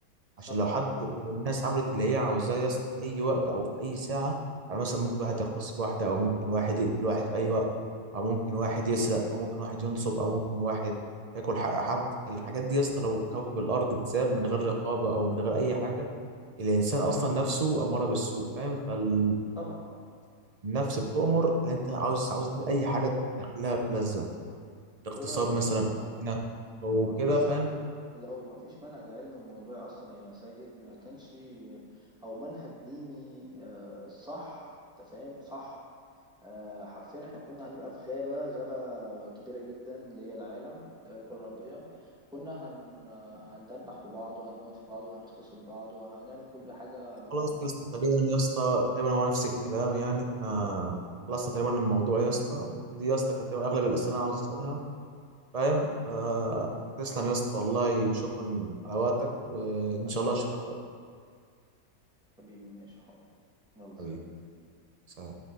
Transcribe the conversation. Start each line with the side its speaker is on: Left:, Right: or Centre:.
Centre: صح
Right: عشان لو حد لو الناس عملت اللي هي عاوزاه يا اسطى في اي وقت او في اي ساعه يعني مثلا ممكن واحد يغتصب واحده او ممكن واحد يقتل واحد في اي وقت او ممكن واحد يسرق او ممكن واحد ينصب او ممكن واحد ياكل حق حد الحاجات دي يا اسطى لو كوكب الارض اتساب من غير رقابه او من غير اي حاجه الانسان اصلا نفسه اماره بالسوء فاهم فهو
Centre: طبعا
Right: النفس بتؤمر ان انت عاوز عاوز تعمل اي حاجه تدخلها بلذه اغتصاب
Centre: هو لو
Right: مثلا هنا او
Centre: لو ما فيش
Right: كده فاهم
Centre: لو ما فيش منهج علمي وموضوعي اصلا يا ساجد ما كانش او منهج ديني آه، صح انت فاهم صح آه، حرفيا احنا كنا هنبقى في غابة غابة كبيرة جدا اللي هي العالم اللي هي الكرة الأرضية كنا هن هندبح في بعض وهنموت في بعض وهنغتصب بعض وهنعمل كل حاجة محرمة
Right: خلاص يا اسطى
Centre: حرفيا
Right: تقريبا يا اسطى تقريبا هو نفس الكلام يعني احنا خلصنا تقريبا الموضوع يا اسطى دي يا اسطى كانت تقريبا اغلب الاسئله انا عاوز اسالها فاهم آه
Centre: تمام
Right: تسلم يا اسطى والله شكرا على وقتك وان
Centre: حبيبي
Right: شاء الله اشوفك
Centre: يا ساجد
Right: قريب
Centre: حبيبي ماشي حاضر يلا سلام
Right: حبيبي سلام